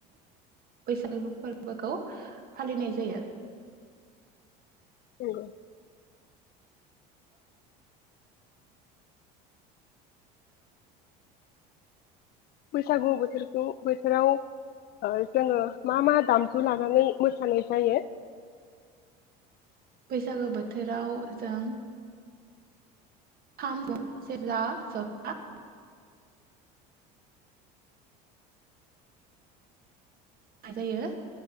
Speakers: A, on the right (about 45°); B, on the left (about 50°).
A: बैसागु फोरबोखौ फालिनाय जायो
B: नंगौ बैसागु बोथोरखौ बोथोराव जोङो मा मा दामजु लानानै मोसानाय जायो
A: बैसागो बोथोराव जों खाम सेरजा जथा जायो